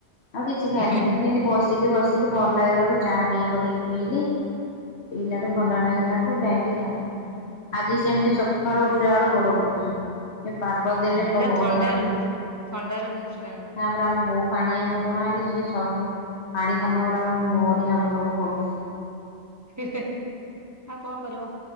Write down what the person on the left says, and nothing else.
ଆଉ କିଛି ଖାଇଲିନି
ସିଁତି ବସିଲି ବସି ଥିଲି ଭଲ ଲାଗିଲା ଠୁ, ଚାହା ଟିକେ କରିକି ପିଇଲି। ପିଇଲାଠୁ ଭଲ ଲାଗିଲାଠୁ ଯାଇକି ଯାହା। ଆଜି ସେମିତି ସକାଳୁ ଉଠିଲା ବେଳୁ ଗୋଡ ବିନ୍ଧୁଛି। ଏ ପାଗ ଦେଲେ ମୋ
ଗୋଡ
ଗୁରା ଖାଲି ବି <inaudible>
ନା ପା। ଆମ ବୋଉ ପାଣି ହାତ ହଉନାହାଁନ୍ତି। ସିଏ ସବୁ ପାଣି କାମରା ମୋରି ହାବୁଡ଼କୁ ପଡୁଛି।